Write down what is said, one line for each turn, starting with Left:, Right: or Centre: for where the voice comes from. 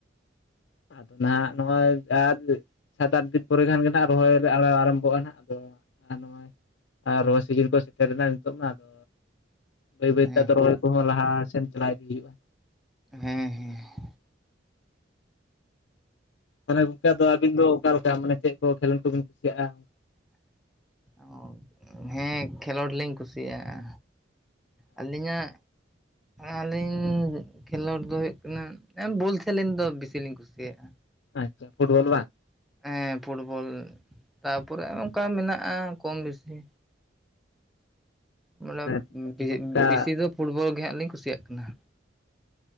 Left: <unintelligible> ᱥᱟᱛ ᱟᱴ ᱫᱤᱱ ᱯᱚᱨᱮ ᱠᱷᱟᱱ ᱜᱮ ᱱᱷᱟᱜᱼᱼ ᱨᱚᱦᱚᱭ ᱨᱮ ᱟᱲᱟᱜ ᱟᱨᱟᱢᱵᱷᱚᱜ-ᱟ ᱱᱷᱟᱜ ᱟᱫᱚ ᱟᱨ ᱱᱚᱜ-ᱚᱭᱼᱼ ᱟᱨ ᱨᱚᱦᱚᱭ ᱥᱤᱡᱤᱱ ᱠᱚ ᱥᱮᱴᱮᱨ ᱮᱱᱟ ᱱᱤᱛᱚᱜ ᱢᱟ ᱟᱫᱚᱼᱼ ᱵᱟᱹᱭ ᱵᱟᱹᱭᱛᱮ
Centre: ᱦᱮᱸ
Left: ᱟᱫᱚ ᱨᱚᱦᱚᱭ ᱠᱚᱦᱚᱸ ᱞᱟᱦᱟ ᱥᱮᱱ ᱪᱟᱞᱟᱣ ᱤᱫᱤ ᱦᱩᱭᱩᱜ-ᱟ᱾
Centre: ᱦᱮᱸ ᱦᱮᱸ ᱦᱮᱸ
Left: ᱛᱟᱦᱞᱮ ᱜᱚᱝᱠᱮ ᱟᱫᱚ ᱟᱹᱵᱤᱱ ᱫᱚ ᱚᱠᱟ ᱞᱮᱠᱟ ᱢᱟᱱᱮ ᱪᱮᱫ ᱠᱚ ᱠᱷᱮᱞᱳᱰ ᱠᱚᱵᱤᱱ ᱠᱩᱥᱤᱭᱟᱜ-ᱟ?
Centre: ᱚ ᱦᱮᱸ ᱠᱷᱮᱞᱚᱸᱰ ᱞᱤᱧ ᱠᱩᱥᱤᱭᱟᱜ-ᱟ᱾ ᱟᱹᱞᱤᱧᱟᱜᱼᱼ ᱟᱹᱞᱤᱧ ᱠᱷᱮᱞᱳᱸᱰ ᱫᱚ ᱦᱩᱭᱩᱜ ᱠᱟᱱᱟ ᱵᱚᱞ ᱠᱷᱮᱞᱮᱧ ᱫᱚ ᱵᱤᱥᱤᱞᱤᱧ ᱠᱩᱥᱤᱭᱟᱜ-ᱟ᱾
Left: ᱟᱪᱪᱷᱟ ᱯᱷᱩᱴᱵᱚᱞ ᱵᱟᱝ?
Centre: ᱦᱮᱸ ᱯᱷᱩᱴᱵᱚᱞ ᱛᱟᱯᱚᱨᱮ ᱚᱱᱠᱟ ᱢᱮᱱᱟᱜ-ᱟ ᱠᱚᱢ ᱵᱤᱥᱤ, ᱵᱚᱞᱮ
Left: ᱢᱟᱱᱮ ᱚᱱᱠᱟ
Centre: ᱵᱮᱥᱤ ᱫᱚ ᱯᱷᱩᱴᱵᱚᱞ ᱜᱮ ᱦᱟᱸᱜ ᱞᱤᱧ ᱠᱩᱥᱤᱭᱟᱜ ᱠᱟᱱᱟ ᱦᱟᱸᱜ᱾